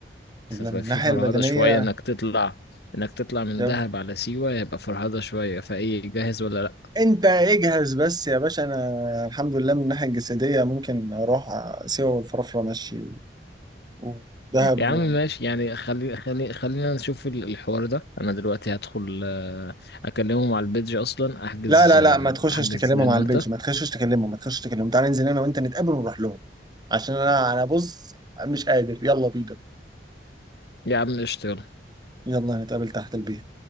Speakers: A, on the left; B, on the right.
A: بس
B: من
A: هتبقى
B: الناحيه
A: في فرهدة
B: البدنيه
A: شوية انك تطلع انك تطلع من
B: تمام.
A: دهب على سيوة يبقى فرهدة شوية فايه جاهز ولا لا
B: انت اجهز بس يا باشا انا الحمد لله من الناحيه الجسديه ممكن اروح سيوه والفرافره ماشي ودهب
A: يا عم ماشي يعني خلي خلي خلينا نشوف ال- الحوار ده انا دلوقتي هدخل آه، اكلمهم على البيدج اصلا احجز
B: لا لا
A: آه،
B: لا ما تخشش
A: احجز
B: تكلمهم
A: انا
B: على
A: وانت
B: البيج ما تخشش تكلمهم ما تخشش تكلمهم تعالى ننزل انا وانت نتقابل ونروح لهم عشان انا انا بص مش قادر يلا بينا
A: يا عم قشطة يلا.
B: يلا نتقابل تحت البيت